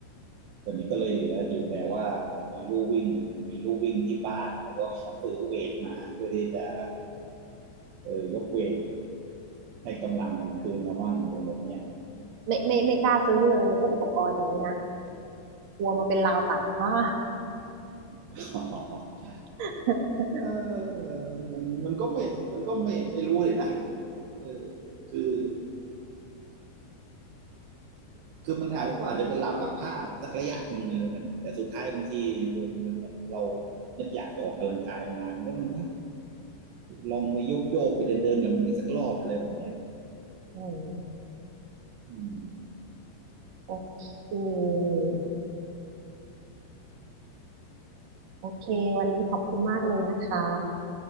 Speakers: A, on the right; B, on the right.
A: ตอนนี้ก็เลยเหลืออยู่แต่ว่ามีลู่วิ่งมีลู่วิ่งที่บ้านแล้วก็ซื้อเวทมาเพื่อที่จะเออยกเวทให้กำลังมันคืนมาบ้างอะไรแบบเนี้ย
B: ไม่ไม่ไม่กล้าซื้อเลยพวกอุปกรณ์อย่างนี้นะกลัวมาเป็นราวตากผ้า
A: <laughs>
B: <laughs>
A: เออมันมันก็ไม่มันก็ไม่ไม่รู้เลยนะเออคือคือมันอาจก็อาจจะเป็นราวตักผ้าสักระยะหนึ่งอะไรแบบนี้แต่สุดท้ายบางทีเรานึกอยากจะออกกำลังกายมาก็ต้องลองไปโยกโยกไปเดินเดินกับมันอีกสักรอบอะไรแบบเนี้ย
B: อืม
A: อืม
B: โอเคโอเควันนี้ขอบคุณมากเลยนะคะ